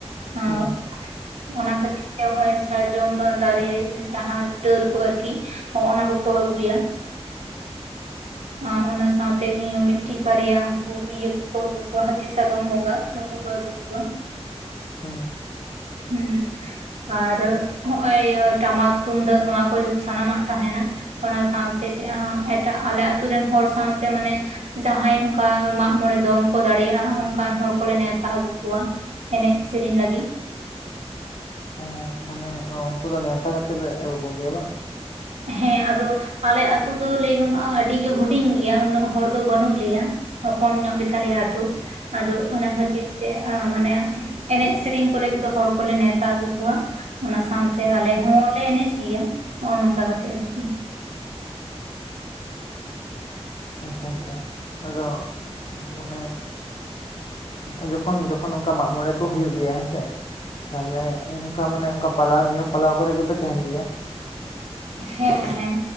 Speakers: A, on the right (about 75°); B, on the left (about 55°).
A: ᱟᱺᱼᱼ
B: ᱦᱮᱸ
A: ᱚᱱᱟ ᱠᱷᱟᱹᱛᱤᱨ ᱛᱮ ᱦᱳᱭ ᱥᱟᱨᱡᱚᱢ ᱫᱟᱨᱮ ᱡᱟᱦᱟᱸ ᱰᱟᱹᱨ ᱠᱚ ᱟᱨᱠᱤᱼᱼ ᱦᱚᱸᱜ-ᱚ ᱚᱱᱟ ᱠᱚᱠᱚ ᱟᱹᱜᱩᱭᱟ᱾ ᱟᱸ ᱚᱱᱟ ᱥᱟᱸᱣᱛᱮ ᱤᱭᱟᱹ ᱢᱤᱫᱴᱤᱡ ᱵᱟᱨᱭᱟ ᱩᱱᱠᱩ ᱤᱭᱟᱹ ᱠᱚᱠᱚ ᱟᱹᱜᱩ ᱠᱚᱣᱟ ᱦᱟᱹᱛᱤ ᱥᱟᱫᱚᱢ ᱵᱚᱸᱜᱟᱼᱼ ᱩᱱᱠᱩ ᱠᱚ ᱟᱹᱜᱩ ᱠᱚᱣᱟ᱾
B: ᱦᱩᱸ
A: ᱦᱩᱸ ᱟᱨ ᱦᱚᱸᱜ-ᱚᱭ ᱤᱭᱟᱹ ᱴᱟᱢᱟᱠ ᱛᱩᱢᱫᱟᱹᱜ ᱱᱚᱣᱟ ᱠᱚ ᱡᱷᱚᱛᱚ ᱥᱟᱱᱟᱢᱟᱜ ᱛᱟᱦᱮᱸᱱᱟ᱾ ᱚᱱᱟ ᱥᱟᱸᱣᱛᱮ ᱮᱴᱟᱜ ᱟᱞᱮ ᱟᱛᱳ ᱨᱮᱱ ᱦᱚᱲ ᱥᱟᱸᱣᱛᱮ ᱢᱟᱱᱮᱼᱼ ᱡᱟᱦᱟᱸᱭ ᱚᱱᱠᱟ ᱢᱟᱜ-ᱢᱚᱬᱮ ᱫᱚᱱ ᱠᱚ ᱫᱟᱲᱮᱭᱟᱜ-ᱟ ᱚᱱᱠᱟᱱ ᱦᱚᱲ ᱠᱚᱞᱮ ᱱᱮᱣᱛᱟ ᱟᱹᱜᱩ ᱠᱚᱣᱟ᱾ ᱮᱱᱮᱡ ᱥᱮᱨᱮᱧ ᱞᱟᱹᱜᱤᱫ᱾
B: ᱚᱸ ᱢᱟᱱᱮ ᱩᱱᱠᱩ ᱫᱚ ᱱᱮᱣᱛᱟ ᱠᱟᱛᱮᱜ ᱯᱮ ᱟᱹᱜᱩ ᱠᱚᱜᱮᱭᱟ ᱵᱟᱝ?
A: ᱦᱮᱸ ᱟᱫᱚ ᱟᱞᱮ ᱟᱛᱩ ᱫᱚ ᱞᱟᱹᱭ ᱜᱟᱱᱚᱜ-ᱟ ᱟᱹᱰᱤ ᱜᱮ ᱦᱩᱰᱤᱧ ᱜᱮᱭᱟ ᱩᱱᱟᱹᱜ ᱦᱚᱲ ᱫᱚ ᱵᱟᱹᱱᱩᱜ ᱞᱮᱭᱟᱼᱼ ᱦᱚᱯᱚᱱ ᱧᱚᱜ ᱜᱮᱛᱟᱞᱮᱭᱟ ᱟᱛᱩ ᱟᱫᱚ ᱚᱱᱟ ᱠᱷᱟᱹᱛᱤᱨ ᱛᱮ ᱢᱟᱱᱮᱼᱼ ᱮᱱᱮᱡ ᱥᱮᱨᱤᱧ ᱠᱚ ᱞᱟᱹᱜᱤᱫ ᱫᱚ ᱦᱚᱲ ᱠᱚᱞᱮ ᱱᱮᱣᱛᱟ ᱟᱹᱜᱩ ᱠᱚᱣᱟ᱾ ᱚᱱᱟ ᱥᱟᱸᱣᱛᱮ ᱟᱞᱮ ᱦᱚᱸᱻ ᱞᱮ ᱮᱱᱮᱡᱽ ᱜᱮᱭᱟ ᱱᱚᱜ-ᱚ ᱱᱚᱝᱠᱟ ᱠᱟᱛᱮᱫ ᱟᱨᱠᱤ᱾
B: ᱟᱪᱪᱷᱟ-ᱟᱪᱪᱷᱟ ᱟᱫᱚ ᱢᱟᱱᱮ ᱮᱸᱼᱼ ᱡᱚᱠᱷᱚᱱ ᱡᱚᱠᱷᱚᱱ ᱚᱱᱠᱟ ᱢᱟᱜ ᱢᱚᱬᱮ ᱠᱚ ᱦᱩᱭᱩᱜ ᱜᱮᱭᱟ ᱦᱮᱸ ᱥᱮᱼᱼ ᱛᱟᱦᱚᱞᱮ ᱚᱱᱠᱟ ᱢᱟᱱᱮ ᱚᱱᱠᱟ ᱯᱟᱞᱟᱣ ᱱᱤᱭᱚᱢ ᱯᱟᱞᱟᱣ ᱠᱚ ᱨᱮ ᱜᱮ ᱯᱮ ᱛᱟᱦᱮᱱ ᱜᱮᱭᱟ
A: ᱦᱮᱸ ᱦᱮᱸ